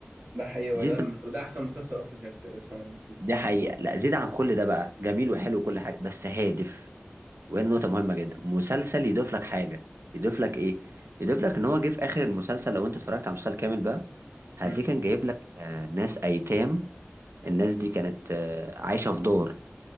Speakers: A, on the right (about 45°); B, on the right (about 60°).
A: ده حقيقي وده
B: زيد
A: من...
B: بقى
A: وده احسن مسلسل اصلا كان في السنه اللي كلها
B: دي حقيقة لا زيد عن كل ده بقى جميل وحلو وكل حاجة بس هادف وهي نقطة مهمة جدا مسلسل يضيف لك حاجة يضيف لك إيه يضيف لك إن هو جه في آخر المسلسل لو أنت اتفرجت على المسلسل كامل بقى هتلاقيه
A: امم
B: كان جايب لك آه، ناس أيتام الناس دي كانت آه، عايشة في دار